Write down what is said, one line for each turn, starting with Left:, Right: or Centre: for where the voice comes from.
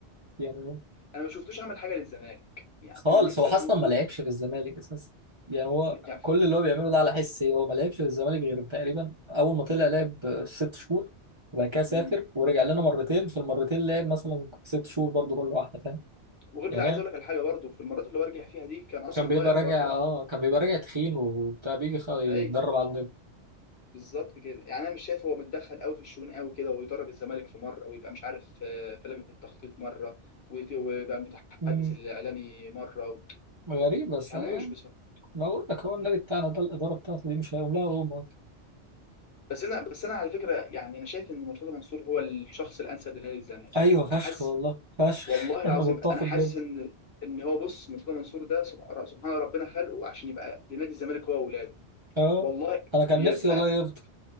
Right: يعني
Left: انا ما شفتوش عمل حاجه للزمالك يعني
Right: خالص
Left: انا نفسي
Right: هو اصلا
Left: اشوفه
Right: ما لعبش في الزمالك اساسا يعني هو
Left: يعني
Right: كل اللي هو بيعمله ده على حسي هو ما لعبش في الزمالك غير تقريبا اول ما طلع لعب ست شهور وبعد كده سافر
Left: امم
Right: ورجع لنا مرتين في المرتين لعب مثلا ست شهور برضو كل واحدة فاهم
Left: وغير
Right: يعني
Left: كده عايز اقول لك على حاجه برضو في المرات اللي هو رجع فيها دي كان اصلا
Right: كان بيبقى
Left: ضايع
Right: راجع
Left: بره
Right: اه كان بيبقى راجع تخين وبتاع بيجي خ- يتدرب
Left: اي
Right: عندنا
Left: بالظبط كده يعني انا مش شايف هو متدخل قوي في الشؤون قوي كده ويدرب الزمالك في مره ويبقى مش عارف آه، في لجنه التخطيط مره ويت- ويبقى متحدث
Right: مم،
Left: الاعلامي مره ما
Right: غريب بس
Left: تفهموش
Right: يعني. ما بقول لك هو النادي بتاعنا ده الإدارة بتاعته دي مش هيقوم لها هو
Left: بس انا بس انا على فكره يعني انا شايف ان مرتضى منصور هو الشخص الانسب لنادي الزمالك
Right: أيوه فشخ
Left: انا حاسس
Right: والله فشخ
Left: والله
Right: <laughs>
Left: العظيم
Right: أنا متفق
Left: انا حاسس
Right: جدا
Left: ان ان هو بص مرتضى منصور ده سبحان سبحان ربنا خلقه عشان يبقى لنادي الزمالك هو واولاده
Right: أه
Left: والله
Right: أنا كان
Left: بيبقى
Right: نفسي والله يفضل